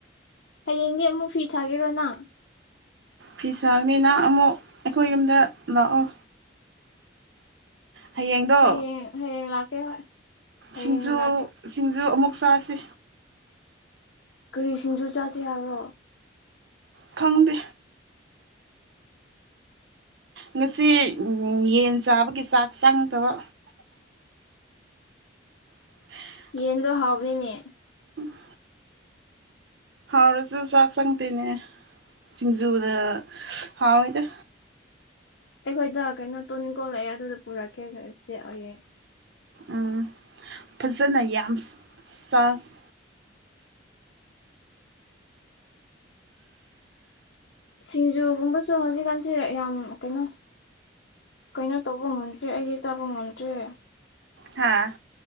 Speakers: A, on the left; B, on the right.
A: ꯍꯌꯦꯡꯗꯤ ꯑꯃꯨꯛ ꯐꯤ ꯁꯥꯒꯦꯔꯣ ꯅꯪ
B: ꯐꯤꯁꯥꯒꯅꯤꯅ ꯑꯃꯨꯛ ꯑꯩꯈꯣꯏ ꯌꯨꯝꯗ ꯂꯥꯛꯑꯣ ꯍꯌꯦꯡꯗꯣ
A: ꯍꯥꯌꯦꯡ ꯍꯥꯌꯦꯡ ꯂꯥꯛꯀꯦ ꯍꯣꯏ ꯍꯌꯦꯡꯅ
B: ꯁꯤꯡꯖꯨ
A: ꯂꯥꯛꯀꯦ
B: ꯁꯤꯡꯖꯨ ꯑꯃꯨꯛ ꯆꯥꯁꯤ
A: ꯀꯔꯤ ꯁꯤꯡꯖꯨ ꯆꯥꯁꯤ ꯍꯥꯏꯕ꯭ꯔꯣ
B: ꯈꯪꯗꯦ ꯉꯥꯁꯤ ꯎꯝ ꯌꯦꯟ ꯆꯥꯕꯒꯤ ꯆꯥꯛ ꯆꯪꯗꯕ <unintelligible>
A: ꯌꯦꯟꯗꯣ ꯍꯥꯎꯕꯅꯤꯅꯦ
B: ꯎꯝ ꯍꯥꯎꯔꯁꯨ ꯆꯥꯛ ꯆꯪꯗꯦꯅꯦ ꯁꯤꯡꯖꯨꯅ ꯍꯥꯎꯏꯗ
A: ꯑꯩꯈꯣꯏꯗ ꯀꯩꯅꯣ ꯇꯨꯅꯤꯡꯈꯣꯛ ꯂꯩꯑꯦ ꯑꯗꯨꯗꯣ ꯄꯨꯔꯛꯀꯦ ꯑꯗꯨꯗꯤꯍꯥꯌꯦꯡ
B: ꯎꯝ ꯐꯖꯅ ꯌꯥꯝ ꯆꯥꯖ
A: ꯁꯤꯡꯖꯨꯒꯨꯝꯕꯁꯨ ꯍꯧꯖꯤꯛꯀꯥꯟꯁꯦ ꯌꯥꯝ ꯀꯩꯅꯣ ꯀꯩꯅꯣ ꯇꯧꯕ ꯉꯝꯗ꯭ꯔꯦ ꯑꯩꯗꯤ ꯆꯥꯕ ꯉꯝꯗ꯭ꯔꯦ
B: ꯍꯥꯥ